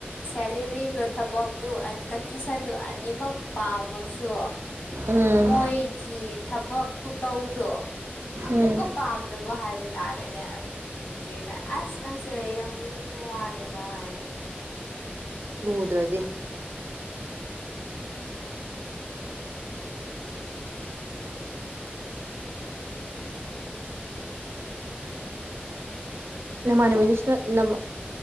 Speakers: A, on the left; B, on the right.
A: ꯁꯦꯂꯔꯤꯒ ꯊꯕꯛꯇꯨ ꯀꯟꯗꯤꯁꯟꯗꯨ ꯑꯅꯤꯃꯛ ꯄꯥꯝꯃꯁꯨ
B: ꯎꯝ
A: ꯃꯣꯏꯒꯤ ꯊꯕꯛ ꯈꯨꯇꯧꯗꯣ ꯑꯃꯨꯛꯀ
B: ꯎꯝ
A: ꯄꯥꯝ ꯗꯕ ꯍꯥꯏꯕ ꯇꯥꯔꯦꯅꯦ ꯑꯗꯨꯒꯤ ꯆꯤꯆꯦꯅ ꯑꯁ ꯅꯪꯁꯦ ꯌꯥꯝ ꯂꯨꯕ ꯋꯥꯅꯦꯕ ꯍꯥꯏꯔꯦ
B: ꯂꯨꯗ꯭ꯔꯗꯤ
A: ꯍꯝ ꯑꯩꯅ ꯅꯣꯛꯅꯤꯡꯕꯁꯤꯗꯤ ꯀꯃꯥꯏ ꯇꯧꯗꯣꯏꯅꯣ ꯒ꯭ꯌꯥꯟꯃꯦꯟꯒ ꯇꯥꯗ꯭ꯔꯦꯗ
B: ꯅꯃꯥꯟꯅꯕꯤꯅꯤꯁꯨꯅ ꯅꯃꯥ